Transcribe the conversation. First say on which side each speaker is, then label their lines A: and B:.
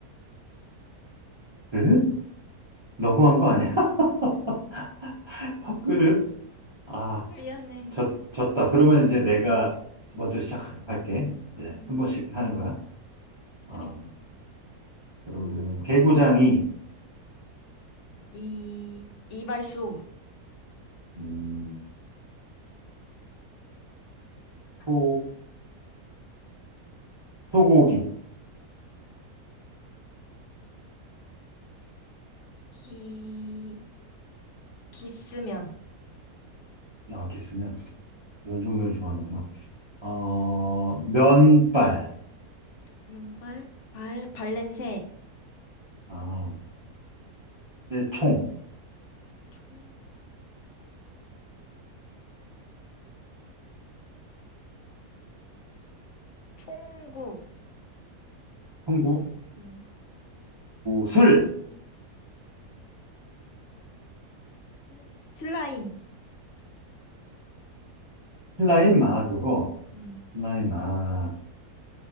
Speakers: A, on the right; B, on the left.
A: 그릇? 너무한 거 아니야? <laughs> 밥그릇? 아,
B: 미안해.
A: 졌, 졌다. 그러면 이제 내가 먼저 시작할게. 네,
B: 음.
A: 한 번씩 하는 거야. 아,
B: 그래.
A: 그러면 개구장이,
B: 이, 이발소.
A: 음, 소, 소고기.
B: 기, 기스면.
A: 아, 이렇게 쓰면 면 종류를 좋아하는구나. 어, 면발.
B: 면발, 발, 발냄새.
A: 아, 새총.
B: 총, 총구.
A: 통구.
B: 음.
A: 구슬,
B: 슬- 슬라임.
A: 신라인 마, 그거.
B: 음.
A: 신라인 마,